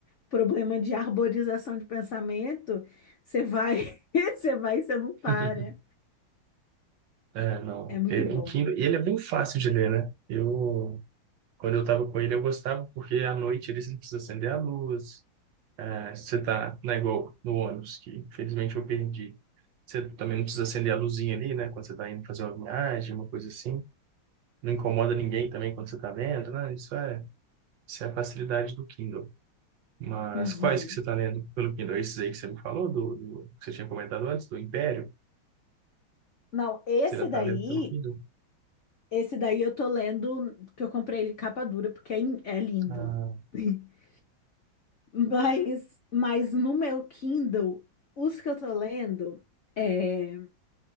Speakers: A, on the left; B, on the right.
A: problema de arborização de pensamento, você vai, <laughs> você vai e você não para.
B: <laughs> É, não.
A: É muito
B: É,
A: bom.
B: O Kindle, ele é bem fácil de ler, né? Eu Quando eu estava com ele, eu gostava, porque à noite eles não precisam acender a luz. É, você tá, não é igual no ônibus, que infelizmente eu perdi. Você também não precisa acender a luzinha ali, né? Quando você está indo fazer uma viagem, uma coisa assim. Não incomoda ninguém também quando você está lendo, né? Isso é, isso é a facilidade do Kindle. Mas
A: Uhum.
B: quais que você está lendo pelo Kindle? É Esses aí que você me falou, do, do- que você tinha comentado antes, do Império?
A: Não, esse
B: Você já está
A: daí,
B: lendo pelo Kindle?
A: esse daí eu tô lendo, que eu comprei ele em capa dura, porque é, in- é lindo.
B: Ah.
A: <laughs> Mas, mas no meu Kindle, os que eu tô lendo, é,